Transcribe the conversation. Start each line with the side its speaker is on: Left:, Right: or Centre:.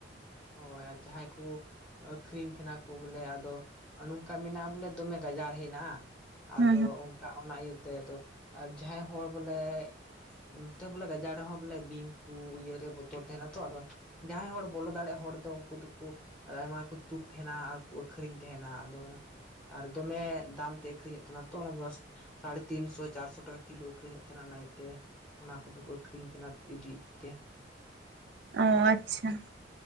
Centre: ᱦᱳᱭ ᱟᱨ ᱡᱟᱦᱟᱸᱭ ᱠᱚ ᱟᱹᱷᱨᱤᱧ ᱛᱟᱦᱮᱱᱟ ᱠᱚ ᱵᱚᱞᱮ ᱟᱫᱚ ᱱᱚᱝᱠᱟ ᱢᱮᱱᱟᱜᱼᱟ ᱵᱚᱞᱮ ᱫᱚᱢᱮ ᱜᱟᱡᱟᱲ ᱦᱮᱱᱟᱜᱼᱟ᱾
Right: ᱦᱩᱸ
Centre: ᱟᱫᱚ
Right: ᱦᱩᱸ
Centre: ᱚᱝᱠᱟ ᱚᱱᱟ ᱤᱭᱟᱹᱛᱮ ᱫᱚ ᱡᱟᱦᱟᱸᱭ ᱦᱚᱲ ᱵᱚᱞᱮ ᱚᱱ ᱛᱮ ᱵᱚᱞᱮ ᱜᱟᱡᱟᱲ ᱨᱮᱦᱚᱸ ᱵᱚᱞᱮ ᱵᱤᱧ ᱠᱚ ᱤᱭᱟᱹ ᱨᱮ ᱵᱚᱛᱚᱨ ᱛᱟᱦᱮᱱᱟ ᱛᱚ ᱟᱫᱚ ᱡᱟᱦᱟᱸᱭ ᱦᱚᱲ ᱵᱚᱞᱚ ᱫᱟᱲᱮᱜ ᱦᱳ ᱦᱚᱲ ᱫᱚ ᱩᱱᱠᱩ ᱫᱚᱠᱚ ᱟᱭᱢᱟ ᱜᱮᱠᱚ ᱛᱩᱠ ᱛᱟᱦᱮᱱᱟ ᱟᱨ ᱠᱩ ᱟᱹᱠᱷᱨᱤᱧ ᱛᱟᱦᱮᱱᱟ ᱟᱫᱚ ᱚᱱᱟ᱾ ᱟᱨ ᱫᱚᱢᱮ ᱫᱟᱢ ᱛᱮ ᱟᱹᱠᱷᱨᱤᱧᱚᱜ ᱛᱟᱦᱮᱱᱟ ᱛᱚ ᱚᱱᱟ ᱫᱚ ᱥᱟᱲᱮ ᱛᱤᱱᱥᱚ ᱪᱟᱨᱥᱚ ᱴᱟᱠᱟ ᱠᱤᱞᱳ ᱟᱹᱷᱨᱤᱧᱚᱜ ᱛᱟᱦᱮᱱᱟ ᱚᱱᱟ ᱤᱭᱟᱹᱛᱮ ᱚᱱᱟ ᱠᱚᱫᱚ ᱠᱚ ᱟᱹᱷᱨᱤᱧ ᱛᱟᱦᱮᱸ ᱤᱫᱤ ᱤᱫᱤ ᱛᱮ
Right: ᱚ ᱟᱪᱪᱷᱟ᱾